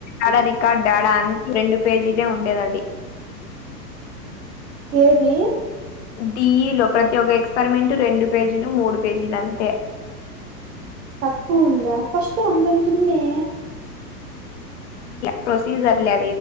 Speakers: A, on the left; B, on the right.
A: అడా రికార్డ్ ఆడ అన్ని రెండు పేజీలు ఎ ఉండేది అది
B: ఏది
A: డిఈలో ప్రతి ఒక్క ఎక్స్పెరిమెంటు రెండు పేజీలు మూడు పేజీలు అంతే
B: తక్కువ ఉందా ఫస్ట్ అంతంత ఉన్ని
A: ప్రొసీజర్ లే